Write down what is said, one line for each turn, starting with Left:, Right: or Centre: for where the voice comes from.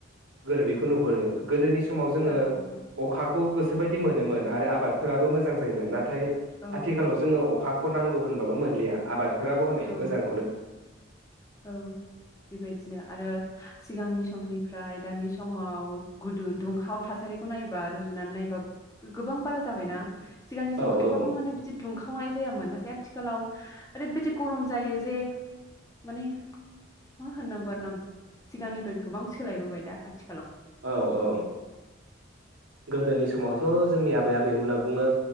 Right: गोरोबिखौ नुहुरो गोदोनि समाव जोङो
Left: औ औ
Right: अखाखौ गो सो बायदि मोनोमोन आरो आबादफोराबो मोजां जायोमोन नाथाय
Left: औ
Right: आथिखालाव जोङो अखा खौ नांगौ होनबाबो मोनलिया आबाद फोराबो हनै
Left: औ
Right: मोजां
Left: औ बेबायदिनो आरो सिगांनि समनिफ्राय दानि समाव गुदुं दुंहाव थासारिखौ नायबा रुजुनानै नायबा गोबां बारा जाबायना? सिगां सिगाव
Right: औ
Left: एफाग्राम
Right: औ
Left: माने बिदि दुंखा वनाय जायामोन नाथाय आथिखालाव ओरैबायदि गरम जायो जे माने मा होननांगौ आरोना सिगांनिफ्राय गोबां सोलायबोबाय दा आथिखालाव।
Right: औ औ गोदोनि समावथ' जोंनि आबै आबेमोना बुङो